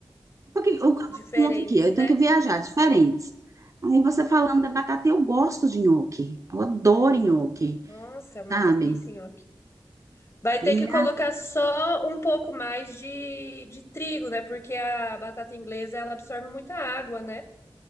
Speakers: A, on the right; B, on the left.
A: porque eu
B: diferentes,
A: conto aqui, eu
B: né?
A: tenho que viajar diferentes. Aí você falando da batata, eu gosto de nhoque, eu adoro nhoque,
B: Nossa, é uma
A: sabe?
B: delícia, nhoque. Vai ter
A: E
B: que colocar só um pouco mais de, de trigo, né? Porque a batata inglesa ela absorve muita água, né?